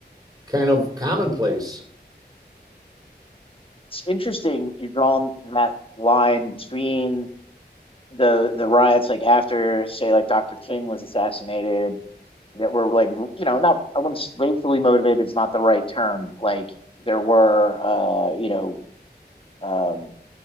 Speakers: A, on the right; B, on the left.
A: kind of commonplace.
B: It's interesting you're drawing that line between the the riots, like after, say, like Dr. King was assassinated, that were like, r- you know, not, I wouldn't, s- racially motivated is not the right term. Like there were, uh, you know, um,